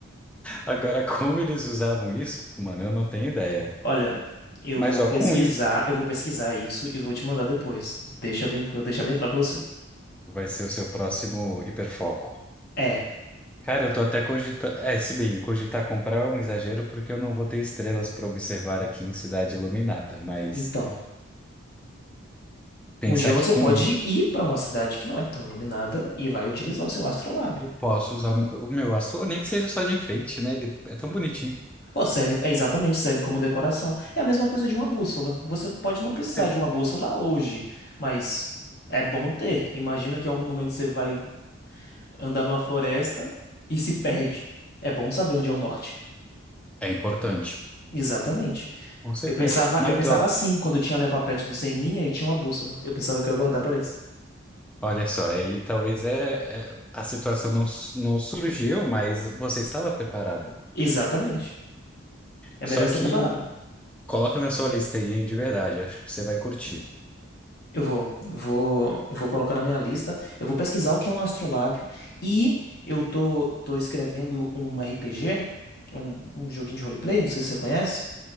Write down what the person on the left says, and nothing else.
Olha, eu
vou
pesquisar,
eu vou pesquisar isso e vou te mandar depois. Deixa bem, eu vou deixar bem claro pra você.
É,
então,
um dia você
pode
ir pra uma cidade que não é tão iluminada e vai utilizar o seu astrolábio.
Pô, serve, é exatamente, serve como decoração. É a mesma coisa de uma bússola. Você pode não precisar
de uma bússola hoje, mas é bom ter. Imagina que em algum momento você vai andar numa floresta e se perde. É bom saber onde é o norte.
Exatamente.
Eu pensava,
eu pensava
assim quando eu tinha a minha papete do Seninha e tinha uma bússola. Eu pensava que eu ia guardar para isso.
Exatamente. É
melhor estar
preparado.
Eu vou, vou, vou colocar na minha lista. Eu vou pesquisar o que é um astrolábio e eu tô, tô escrevendo um RPG, um, um joguinho de roleplay, não sei se você conhece.